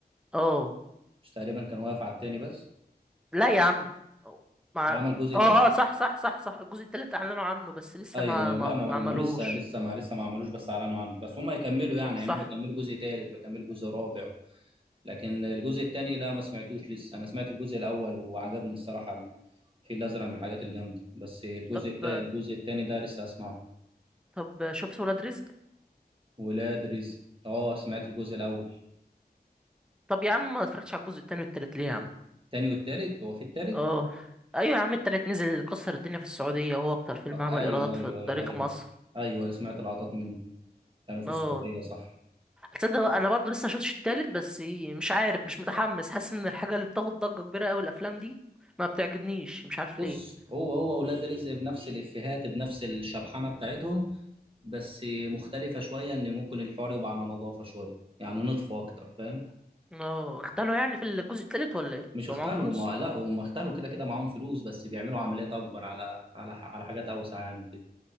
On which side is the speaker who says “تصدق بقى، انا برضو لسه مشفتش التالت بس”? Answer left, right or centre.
Centre